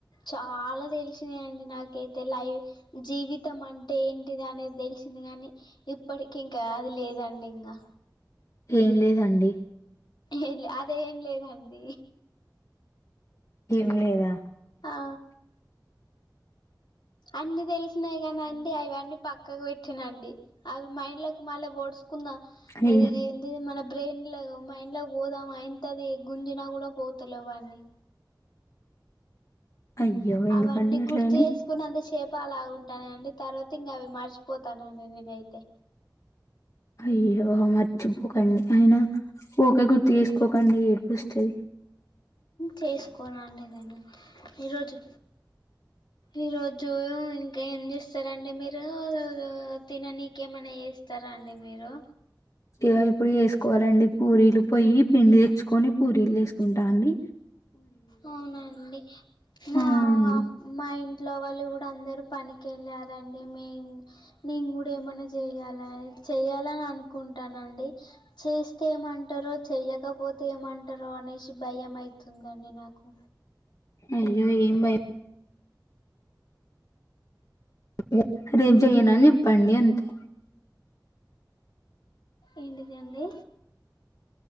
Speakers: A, on the left; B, on the left.
A: చాలా తెలిసినాయి అండి నాకైతే లైఫ్ జీవితం అంటే ఏంటిది అనేది తెలిసింది గానీ ఇప్పటికి ఇంకా అది లేదండి ఇంకా
B: ఏం లేదండి
A: ఏం లే అది ఏం లేదండి
B: ఏం లేదా
A: ఆ అన్నీ తెలిసినాయి కానీ అండి అవన్నీ పక్కకు పెట్టిన అండి అవి మైండ్ లోకి మళ్ల పొడుస్ కుందా
B: అయ్య
A: అది ఇది ఏంది మనా బ్రెయిన్ల మైండ్ లో పోదాం అంతది గుంజిన కూడా పోతలేవండి
B: <inaudible> అయ్యో ఎందుకండి
A: అవన్నీ
B: అట్లయినయి
A: గుర్తు చేసుకున్న అంతషేప్ ప్ప అలా ఉంటాన అండి తర్వాత ఇంకా అవి మర్చిపోతానండి నేను అయితే
B: అయ్యో మర్చిపోకండి అయినా ఊకే గుర్తు చేసుకోకండి ఏడుపోస్తది
A: చేసుకోలండి నేను ఈరోజు ఈ రోజు ఇంకా ఏం చేస్తారంటే మీరు తిననీనికి ఏమన్నా చేస్తారా అండి మీరు
B: ఇగ ఇప్పుడు చేసుకోవాలండి పూరీలు పోయి పిండి తెచ్చుకొని పూరీలు చేసుకుంటాండి
A: అవునా అండి మా
B: ఆ అండి
A: మా ఇంట్లో వాళ్లు కూడా అందరు పనికి వెళ్ళారండి మే నేను కూడా ఏమైన్నా చేయాల చెయాలని అనుకుంట ఉంటానండి చేస్తే ఏమంటారో చెయకపోతే ఏమంటారో అనేసి భయం అయితు ఉండండి నాకు
B: అయ్యో ఏం భయ పోతే రేపు చేయను అని చెప్పండి అంతే
A: ఏంటిది అండి